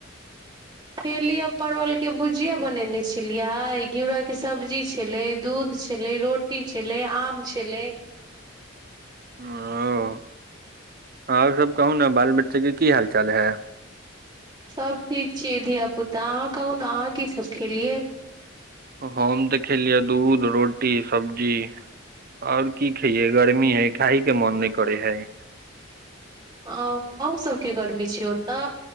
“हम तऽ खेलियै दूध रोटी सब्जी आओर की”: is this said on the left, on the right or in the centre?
Right